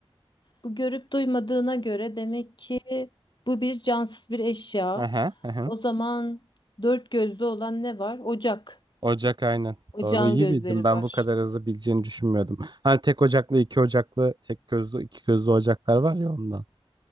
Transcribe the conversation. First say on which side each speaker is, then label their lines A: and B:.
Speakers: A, on the left; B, on the right.
A: bu görüp duymadığına göre demek ki bu bir cansız bir eşya.
B: Aha, aha.
A: O zaman dört gözlü olan ne var? Ocak.
B: Ocak aynen.
A: Ocağın
B: Doğru iyi
A: gözleri
B: bildim. Ben
A: var.
B: bu kadar hızlı bileceğini düşünmüyordum. Hani tek ocaklı, iki ocaklı, tek gözlü, iki gözlü ocaklar var ya ondan.